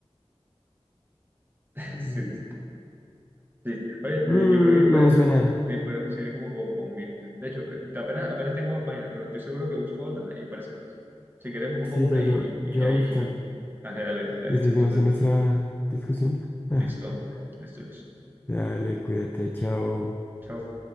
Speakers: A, on the right; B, on the left.
A: <laughs>
B: Mm,
A: Sí, sí. Oye, te-
B: mm,
A: yo creo que podríamos,
B: no me suena.
A: <laughs> ahí podríamos seguir como con, con mil. De hecho, eh, apenas, apenas tengo dos páginas, pero estoy seguro que busco otra y parecen más. Si quieres, busco
B: Sí,
A: una
B: yo, yo,
A: y,
B: yo
A: y ahí...
B: voy a buscar.
A: Ah, dale, dale,
B: Y
A: listo,
B: seguimos
A: entonces,
B: en nuestra discusión. <laughs>
A: listo, listo, listo.
B: Dale, cuídate, chao.
A: Chao.